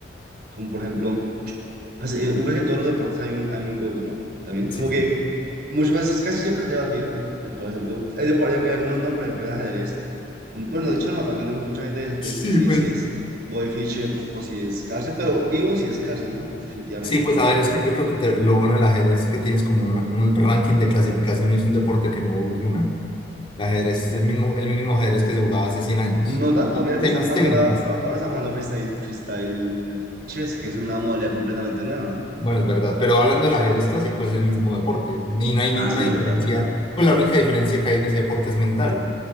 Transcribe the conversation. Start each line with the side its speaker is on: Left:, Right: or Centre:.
Right: como por ejemplo, pues, eh, me parece que en todos los deportes hay un, hay un GOAT, ¿no? También,
Left: Sí,
Right: como
Left: sí.
Right: que muchas veces, casi siempre es debatido el cuál es el GOAT. Hay depo- en algunos no, por ejemplo, en ajedrez. Mm, Bueno, de hecho no, también mucha gente des-
Left: Sí,
Right: des- decide
Left: pues.
Right: si es Boy Fischer o si es Carlsen, pero vivo si es Carlsen, ¿no? Definitivamente,
Left: Sí, pues
Right: como
Left: a
Right: él.
Left: ver, es que yo creo que te- lo bueno del ajedrez es que tienes como un, un ranking de clasificación y es un deporte que no evoluciona. El ajedrez es el mismo, el mismo ajedrez que se jugaba hace 100 años.
Right: No tanto, mira
Left: Pues,
Right: que
Left: Hay
Right: están
Left: más
Right: jugando
Left: técnicas.
Right: ahora, ahora están jugando freestyle, freestyle chess, que es una modalidad completamente nueva.
Left: Bueno, es verdad, pero hablando del ajedrez clásico es el mismo deporte. Ni no hay
Right: Ah,
Left: ninguna
Right: sí, es
Left: diferencia.
Right: verdad, es verdad.
Left: Pues la única diferencia que hay en ese deporte es mental.